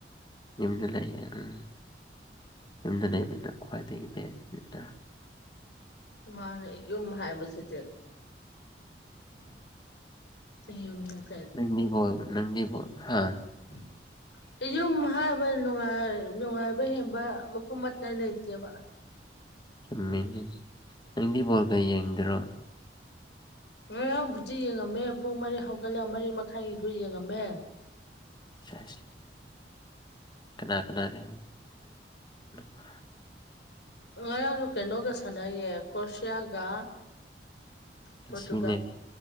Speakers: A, on the left; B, on the left.
A: ꯌꯨꯝꯗ ꯂꯩꯌꯦ ꯎꯝ ꯌꯨꯝꯗ ꯂꯩꯕꯅ ꯈ꯭ꯋꯥꯏꯗꯒꯤ ꯕꯦꯁꯅꯤꯅ
B: ꯃꯥꯅꯦ ꯌꯨꯝ ꯍꯥꯏꯕꯁꯤꯗꯤ <unintelligible>
A: ꯅꯪꯒꯤ ꯒꯣꯜ ꯅꯪꯒꯤ ꯒꯣꯜ ꯍꯥ
B: <inaudible> ꯌꯨꯝ ꯍꯥꯏꯕꯅꯨꯡꯥꯏ ꯅꯨꯡꯉꯥꯏꯕ ꯍꯦꯟꯕ ꯃꯐꯝ ꯑꯇꯥꯏ ꯂꯩꯇꯦꯕ
A: ꯆꯨꯝꯃꯤꯅꯦ ꯅꯪꯗꯤ ꯕꯣꯜꯒ ꯌꯦꯡꯗꯔꯣ
B: ꯉꯔꯥꯡ ꯕꯨꯗꯤ ꯌꯦꯡꯉꯝꯃꯦ ꯄꯨꯡ ꯃꯔꯤ ꯍꯧꯒꯠꯂꯒ ꯃꯔꯤ ꯃꯈꯥꯏꯒꯤꯗꯨ ꯌꯦꯡꯉꯝꯃꯦ
A: ꯁꯦꯁ ꯀꯅꯥ ꯀꯅꯥꯗꯅ <unintelligible> <inaudible>
B: ꯉꯔꯥꯡꯗꯣ ꯀꯩꯅꯣꯒ ꯁꯥꯟꯅꯩꯌꯦ ꯀ꯭ꯔꯣꯁꯤꯌꯥꯒ
A: ꯉꯦꯁꯤꯅꯦ
B: ꯄꯣꯔꯇꯨꯒꯜ